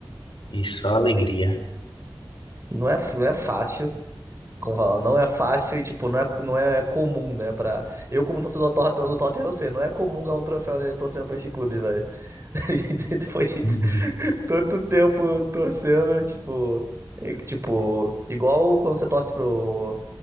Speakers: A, on the left; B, on the right.
A: e só alegria.
B: Não é, não é fácil, como fala, não é fácil e, tipo, não é, não é comum, né? Pra... Eu, como torcedor do Tot- do Tottenham, eu sei, não é comum ganhar um troféu né, torcendo pra esse clube, velho. <laughs> Depois de
A: Uhum.
B: tanto tempo torcendo, tipo... e, Tipo, igual quando você torce pro,